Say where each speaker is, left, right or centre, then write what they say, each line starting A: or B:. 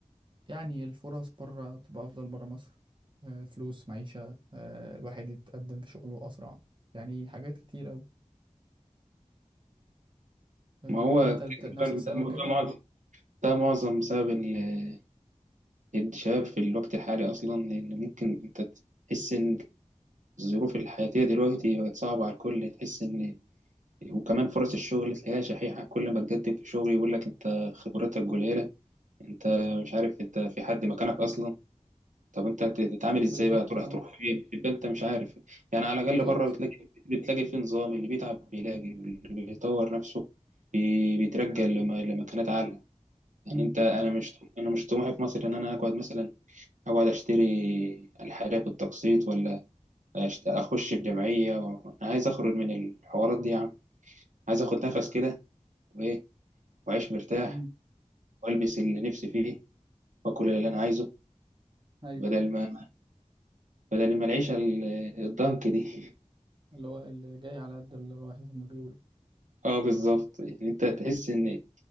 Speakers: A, on the right; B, on the right.
A: يعني الفرص بره بتبقى أفضل بره مصر أه، فلوس معيشة أه، الواحد يتقدم في شغله أسرع يعني حاجات كتير أوي أه،
B: ما هو
A: انت
B: تقريبا
A: لت- نفس السبب
B: ده موضوع
A: كده
B: معضل ده معظم سبب ال- الشباب في الوقت الحالي أصلا لأن ممكن أنت تحس إن الظروف الحياتية دلوقتي بقت صعبة على الكل تحس إن وكمان فرص الشغل تلاقيها شحيحة كل ما تقدم في شغل يقول لك أنت خبرتك قليلة أنت مش عارف أنت في حد مكانك أصلا طب أنت هت- تتعامل إزاي
A: بالظبط
B: بقى تروح
A: اه
B: تروح فين تبقى أنت مش عارف يعني على الأقل
A: بالظبط
B: بره بتلاقي بتلاقي في نظام اللي بيتعب بيلاقي واللي بيطور نفسه بي- بيترجى لم- لمكانات أعلى يعني
A: مم.
B: أنت أنا مش أنا مش طموحي في مصر إن أنا أقعد مثلا اقعد اشتري الحاجة بالتقسيط ولا أشت- اخش في جمعية و- انا عايز اخرج من الحوارات دي يا عم عايز اخد نفس كده وايه واعيش مرتاح
A: مم.
B: والبس اللي نفسي فيه واكل اللي انا عايزه
A: ايوه
B: بدل ما بدل ما العيشة ال- الضنك دي
A: اللي هو اللي جاي على قد اللي رايح زي ما بيقولوا
B: <laughs> اه بالظبط يعني انت تحس ان